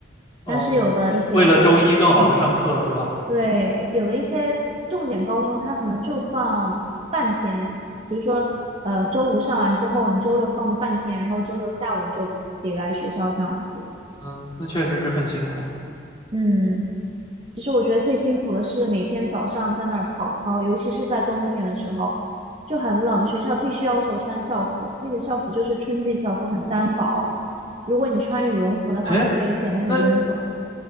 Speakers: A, on the left (about 25°); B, on the right (about 30°).
A: 哦，
B: 但是有的一些，
A: 为了周一更好的上课，
B: 嗯。
A: 对吧？
B: 对，有有的一些重点高中，它可能就放半天，比如说，呃，周五上完之后，你周六放半天，然后周六下午你就得来学校这样子。
A: 嗯，那确实是很辛苦。
B: 嗯，其实我觉得最辛苦的是每天早上在那儿跑操，尤其是在冬天的时候，就很冷，学校必须要求穿校服，那个校服就是春季校服，很单薄，如果你穿羽绒服的话，
A: 哎，
B: 就会显得很臃肿。
A: 那